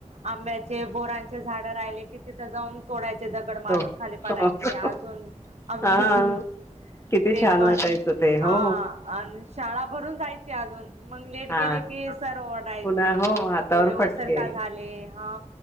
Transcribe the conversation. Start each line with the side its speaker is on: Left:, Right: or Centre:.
Right: आंब्याचे बोरांचे झाड राहिले कि तिथं जाऊन तोडायचे दगड मारून
Left: तो
Right: खाली पाडायचे अजून आमही
Left: हा किती
Right: ते
Left: छान
Right: पण
Left: वाटायचं ते
Right: हा
Left: हो
Right: आणि शाळा भरून जायची अजून मग लेट
Left: हा
Right: गेले की सर ओडायचे
Left: पुन्हा हो हातावर
Right: एवढे ओसर
Left: फटके
Right: का झाले हा